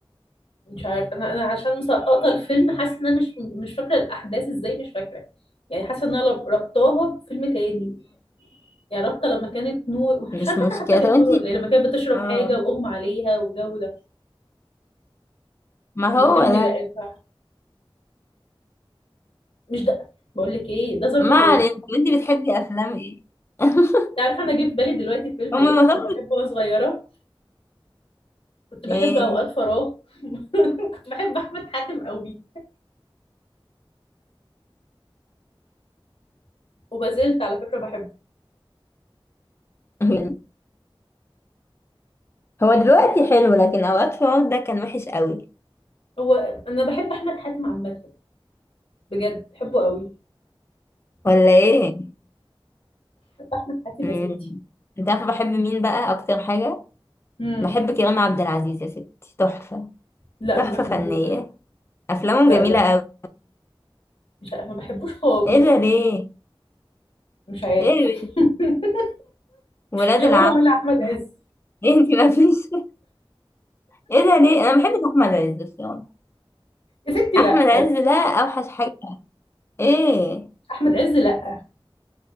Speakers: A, on the left (about 85°); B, on the left (about 25°).
A: مش عارفه انا انا عشان مسقطه الفيلم حاسه ان انا مش مش فاكره الاحداث ازاي مش فاكره يعني حاسه ان انا لب- ربطاها بفيلم تاني يعني رابطه لما كانت نور
B: مش
A: مش عارفه
B: مشكلة
A: فاكره حتى كانت
B: طب انت
A: نور ولا ايه لما كانت بتشرب
B: اه
A: حاجه واغمى عليها والجو ده
B: ما هو
A: لما كان
B: ده
A: بيراقبها مش ده بقول لك ايه ده ظرف
B: ما
A: طارق
B: علينا طب انت بتحبي افلام ايه؟ <laughs>
A: انت عارفه انا جه في بالي دلوقتي فيلم
B: هم
A: ايه
B: المفروض
A: كنت بحبه وانا صغيره كنت بحب
B: ايه؟
A: اوقات فراغ كنت بحب احمد حاتم قوي وما زلت على فكره بحبه
B: <laughs> مم. هو دلوقتي
A: مش عارفة.
B: حلو لكن اوقات فؤاد ده كان وحش قوي
A: هو انا بحب احمد حاتم عامه بجد بحبه قوي
B: ولا ايه
A: بحب احمد حاتم
B: مم.
A: يا ستي
B: انت عارفه بحب مين بقى اكتر حاجه
A: امم
B: بحب كريم عبد العزيز يا ستي تحفه
A: لا
B: تحفه
A: ما بحبوش
B: فنيه افلامه
A: لا
B: جميله
A: لا
B: قوي
A: مش عارف ما بحبوش خالص
B: ايه ده ليه
A: مش عارف
B: ايه ده؟
A: <laughs>
B: ولاد
A: لا
B: العم
A: هو ولا احمد عز
B: <laughs> ايه انت ما فيش ايه ده ليه انا ما بحبش احمد عز الصراحه
A: يا ستي لا
B: احمد عز ده اوحش حاجه ايه
A: احمد عز لا